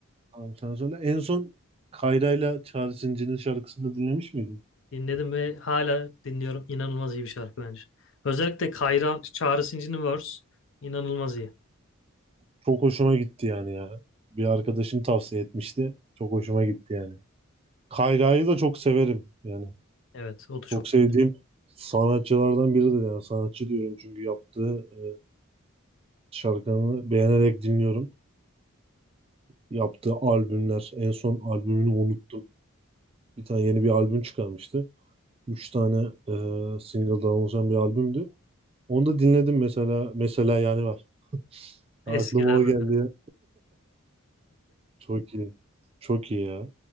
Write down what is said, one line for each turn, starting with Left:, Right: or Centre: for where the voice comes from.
Right: tamam sen söyle. En son Kayra'yla Çağrı Zincir'in şarkısını dinlemiş miydin?
Left: Dinledim ve hala dinliyorum. İnanılmaz iyi bir şarkı bence. Özellikle Kayra Çağrı Sinci'nin verse inanılmaz iyi.
Right: Çok hoşuma gitti yani ya. Bir arkadaşım tavsiye etmişti. Çok hoşuma gitti yani. Kayra'yı da çok severim yani.
Left: Evet, o da çok
Right: Çok sevdiğim
Left: iyi.
Right: sanatçılardan biridir yani sanatçı diyorum çünkü yaptığı e, şarkılarını beğenerek dinliyorum. Yaptığı albümler, en son albümünü unuttum. Bir tane yeni bir albüm çıkarmıştı. Üç tane e, single'dan oluşan bir albümdü. Onu da dinledim mesela. Mesela yani var. <laughs>
Left: Eskilerden.
Right: Aklıma o geldi ya. Çok iyi. Çok iyi ya.